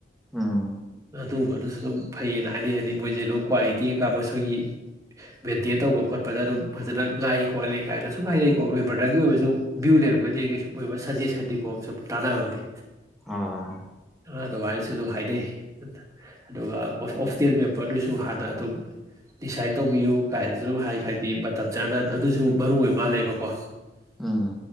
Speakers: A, in the centre; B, on the right (about 20°).
A: ꯑꯝ
B: ꯑꯗꯨꯒꯨꯝꯕꯗꯨꯁꯨ ꯑꯗꯨꯝ ꯐꯩꯌꯦꯅ ꯍꯥꯏꯅꯩ ꯍꯥꯏꯗꯤ ꯃꯣꯏꯁꯦ ꯑꯗꯨꯝ ꯀ꯭ꯋꯥꯂꯤꯇꯤ ꯀꯩꯀꯥ ꯃꯁꯣꯏꯒꯤ ꯃꯦꯟꯇꯦꯟ ꯇꯧꯕ ꯈꯣꯠꯄꯗ ꯑꯗꯨꯝ ꯐꯖꯅ ꯉꯥꯛꯏ ꯈꯣꯠꯂꯤ ꯀꯥꯏꯅ ꯁꯨꯝ ꯍꯥꯏꯅꯩꯀꯣ ꯍꯣꯏ ꯕ꯭ꯔꯗꯔꯒꯤ ꯑꯣꯏꯕꯁꯨ ꯚ꯭ꯌꯨ ꯂꯩꯔꯝꯒꯗꯤ ꯑꯩꯒꯤ ꯁꯨꯝ ꯑꯣꯏꯕ ꯁꯖꯦꯁꯟꯗꯤꯀꯣ ꯁꯨꯝ ꯇꯥꯟꯅꯅꯕꯅꯤ
A: ꯑ
B: ꯑꯗꯨꯃꯥꯏꯅꯁꯨ ꯑꯗꯨꯝ ꯍꯥꯏꯅꯩ ꯑꯗꯨꯒ ꯑꯣꯐꯇꯦꯜ ꯄꯦꯄꯔꯗꯨꯁꯨ ꯍꯥꯟꯅ ꯑꯗꯨꯝ ꯗꯤꯁꯥꯏꯠ ꯇꯧꯕꯤꯌꯨ ꯀꯥꯏꯅꯁꯨ ꯑꯗꯨꯝ ꯍꯥꯏ ꯍꯥꯏꯗꯤ ꯃꯇꯝ ꯆꯥꯅ ꯑꯗꯨꯁꯨ ꯃꯔꯨ ꯑꯣꯏ ꯃꯥꯜꯂꯦꯕꯀꯣ
A: ꯎꯝ